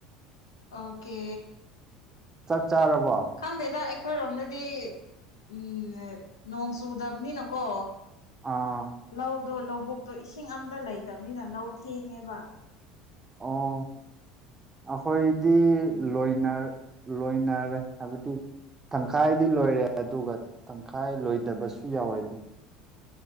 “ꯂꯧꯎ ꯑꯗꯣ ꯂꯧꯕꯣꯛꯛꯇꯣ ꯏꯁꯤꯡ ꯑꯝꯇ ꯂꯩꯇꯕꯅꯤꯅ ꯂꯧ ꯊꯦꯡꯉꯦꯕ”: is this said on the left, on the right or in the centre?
Left